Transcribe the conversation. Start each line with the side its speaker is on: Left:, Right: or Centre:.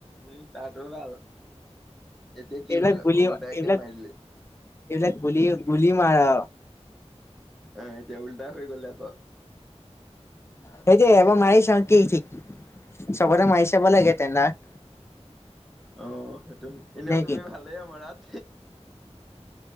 Centre: উম তাতো ভাল এতিয়া কি
Left: এইবিলাক
Centre: হ'ল আকৌ
Left: গুলি
Centre: উল্টাইকে
Left: এইবিলাক
Centre: মাৰি দিলি।
Left: এইবিলাক গুলি-গুলি মাৰা
Centre: এ এতিয়া উল্টা হৈ গ'লে আকৌ
Left: সেইটো এবাৰ মাৰি চাওঁ কি ঠিক, চবতে মাৰি চাব লাগে টেণ্ডাৰ।
Centre: অঁ সেইটো এনেও
Left: নে
Centre: তুমি
Left: কি
Centre: ভালেই মাৰাত।